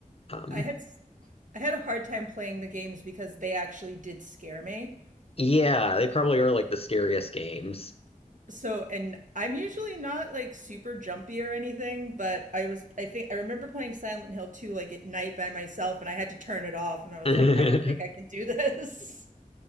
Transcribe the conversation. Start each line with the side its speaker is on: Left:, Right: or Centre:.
Left: Um
Right: I had s- I had a hard time playing the games because they actually did scare me.
Left: yeah, they probably are like the scariest games.
Right: So, and I'm usually not like super jumpy or anything, but I was I think I remember playing Silent Hill 2 like at night by myself and I had to turn it off and I was
Left: <laughs>
Right: like, I don't think I can do this. <laughs>